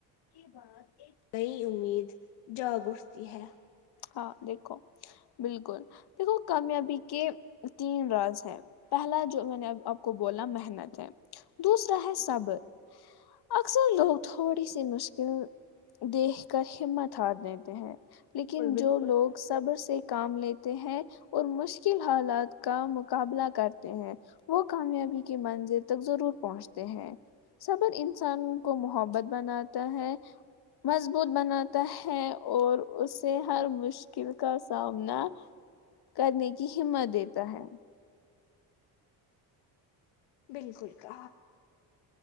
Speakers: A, on the left; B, on the left.
A: کے بعد
B: نئی امید جاگ اٹھتی ہے
A: ہاں دیکھو بالکل دیکھو کامیابی کے تین راز ہیں پہلا جو میں نے آپ کو بولا محنت ہے دوسرا ہے سب اکثر لوگ تھوڑی سی مشکل دیکھ کر ہمت ہار دیتے ہیں لیکن
B: بالکل بالکل
A: جو لوگ صبر سے کام لیتے ہیں اور مشکل حالات کا مقابلہ کرتے ہیں وہ کامیابی کے منزل تک ضرور پہنچتے ہیں صبر انسان کو محبت بناتا ہے مضبوط بناتا ہے اور اسے ہر مشکل کا سامنا کرنے کی ہمت دیتا ہے
B: بالکل کہ